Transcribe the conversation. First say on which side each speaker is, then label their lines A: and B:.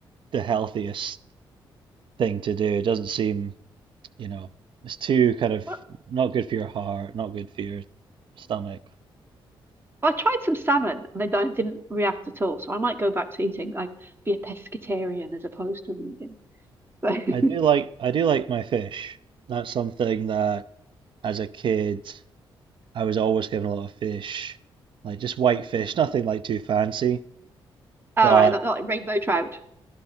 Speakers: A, on the right; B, on the right.
A: the healthiest thing to do. It doesn't seem You know, it's too kind of
B: well,
A: not good for your heart, not good for your stomach.
B: I tried some salmon and they don't didn't react at all. So I might go back to eating like be a pescatarian as opposed to a vegan. So,
A: I do like I do like my fish. That's something that as a kid I was always given a lot of fish, like just white fish, nothing like too fancy,
B: <laughs> all
A: but
B: right, not, not like rainbow trout.